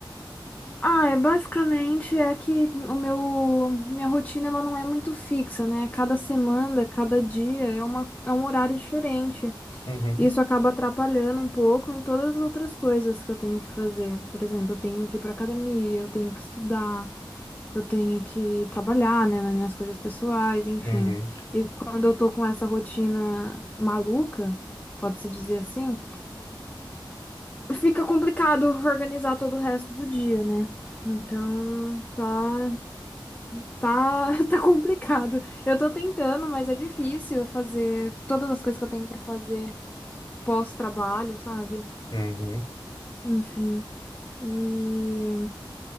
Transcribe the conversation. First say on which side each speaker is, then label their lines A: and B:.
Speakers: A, on the left; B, on the left.
A: Ah, é basicamente é que o meu minha rotina ela não é muito fixa, né? Cada semana, cada dia é uma, é um horário diferente.
B: Uhum,
A: Isso acaba atrapalhando um pouco em todas as outras coisas que eu tenho que fazer. Por exemplo, eu tenho que ir para academia, eu tenho que estudar, eu tenho que trabalhar, né, nas minhas coisas pessoais, enfim.
B: uhum,
A: E quando eu tô com essa rotina maluca, pode-se dizer assim, fica complicado organizar todo o resto do dia, né? Então, tá. Tá, <laughs> tá complicado. Eu tô tentando, mas é difícil fazer todas as coisas que eu tenho pra fazer pós-trabalho, sabe?
B: uhum.
A: Enfim. E